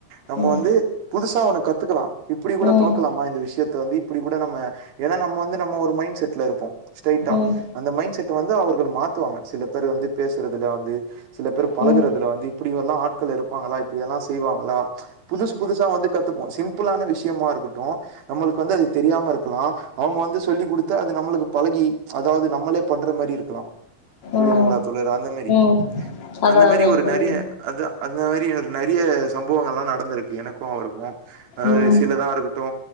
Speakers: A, on the right; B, on the left.
A: நம்ம
B: ம்
A: வந்து புது சா ஒன்னு கத்துக்கலா இப்டி கூட
B: ம்
A: பாக்கலாமா
B: ம்
A: இந்த விஷயத்த வந்து இப்டி கூட நம்ம ஏனா நம்ம வந்து நம்ம ஒரு மைண்ட் செட்ல இருப் ஸ்ட்ரைட்டா
B: ம்
A: அந்த மைண்ட் செட் வந்து அவர்கள் மாத்துவாங்க சில பேர் வந்து பேசுறதுல வந்து சில பேர் பழகுறதுல
B: ம்
A: வந்து இப்ப இப்படி எல்லா ஆட்கள் இருப்பாங்களா இப்டி எல்லா செய்வாங்களா புதுச புதுசா வந்து கத்துப்போ சிம் பிளான விஷயமா இருக்கட்டு நம்மளுக்கு வந்து அது தெரியாம இருக் கலா அவங்க வந்து சொல்லி் குடுத்து அது நம்மளுக் பழகி அதாவது நம்மளே பண்ற மாரி இருக்கலா புரிதங்களா
B: ம்
A: தோழர் அந்த மாரி
B: ம் அதா
A: அந்த மாரி
B: அதா
A: ஒரு
B: புரியுது
A: நறைய அத்த அந்த மாரி நெறைய சம்பவங்கள்லா நடந்திருக்கு எனக்கூ அவருக்கூ அதாது
B: ம்
A: சிலதா இருக்கட்டூ